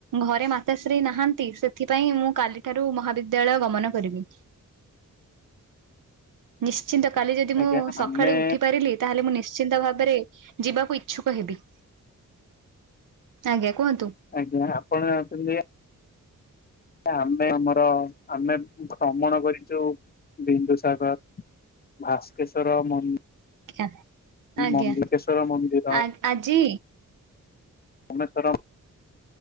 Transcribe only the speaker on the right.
ଘରେ ମାତାଶ୍ରୀ ନାହାନ୍ତି। ସେଥିପାଇଁ ମୁଁ କାଲି ଠାରୁ ମହାବିଦ୍ୟାଳୟ ଗମନ କରିବି। ନିଶ୍ଚିନ୍ତ କାଲି ଯଦି ମୁଁ
ସକାଳେ
ଉଠି ପାରିଲି। ତାହେଲେ ମୁଁ ନିଶ୍ଚିନ୍ତ ଭାବରେ ଯିବାକୁ ଇଚ୍ଛୁକ ହେବି। ଆଜ୍ଞା। କୁହନ୍ତୁ?
ଆ ଆଜ୍ଞା,
ଆ ଆଜି?